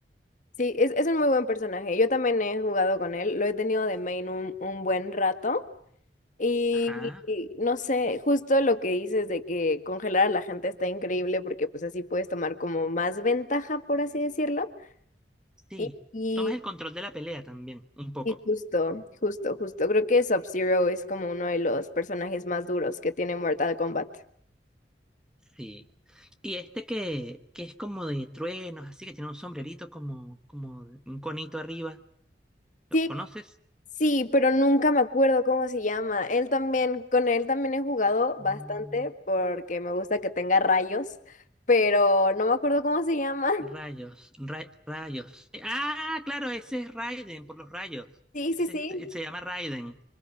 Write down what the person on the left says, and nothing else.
Sí, es, es un muy buen personaje. Yo también he jugado con él. Lo he tenido de main un, un buen rato. Y,
y no sé, justo lo que dices de que congelar a la gente está increíble porque pues así puedes tomar como más ventaja, por así decirlo.
Y, y,
y justo, justo, justo. Creo que Sub-Zero es como uno de los personajes más duros que tiene Mortal Kombat.
Sí,
Sí, pero nunca me acuerdo cómo se llama. Él también, con él también he jugado bastante
porque me gusta que tenga rayos, pero no me acuerdo cómo se llama. <laughs>
Sí,
sí, sí,